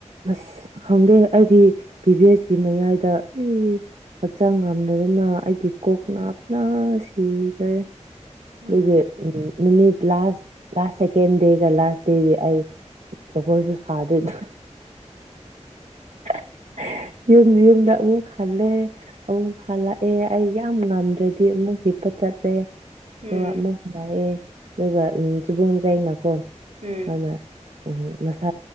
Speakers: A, on the right; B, on the right.
A: ꯑꯁ ꯈꯪꯗꯦ ꯑꯩꯗꯤ ꯄꯤ ꯚꯤ ꯑꯦꯁꯀꯤ ꯃꯌꯥꯏꯗ ꯍꯛꯆꯥꯡ ꯉꯝꯗꯗꯅ ꯑꯩꯒꯤ ꯀꯣꯛ ꯅꯥꯕꯅ ꯁꯤꯖꯔꯦ ꯑꯗꯨꯒꯤ
B: ꯎꯝ
A: ꯎ ꯅꯨꯃꯤꯠ ꯂꯥꯁ ꯂꯥꯁ ꯁꯦꯀꯦꯟ ꯗꯦꯒ ꯂꯥꯁ ꯗꯦꯗꯤ ꯑꯩ ꯖꯒꯣꯏꯁꯨ ꯁꯥꯗꯦ ꯑꯗꯨ ꯍ ꯌꯨꯝ ꯌꯨꯝꯗ ꯑꯃꯨꯛ ꯍꯜꯂꯦ ꯑꯃꯨꯛ ꯍꯜꯂꯛꯑꯦ ꯑꯩ ꯌꯥꯝ ꯉꯝꯗ꯭ꯔꯗꯤ ꯑꯃꯨꯛ ꯏꯄꯥ ꯆꯠꯂꯦ ꯑꯗꯨꯒ
B: ꯎꯝ
A: ꯑꯃꯨꯛ ꯍꯜꯂꯛꯑꯦ ꯑꯗꯨꯒ ꯆꯨꯕꯣꯡꯁꯩꯅꯀꯣ
B: ꯎꯝ
A: ꯃꯥꯅ ꯎꯝ ꯃꯁꯥ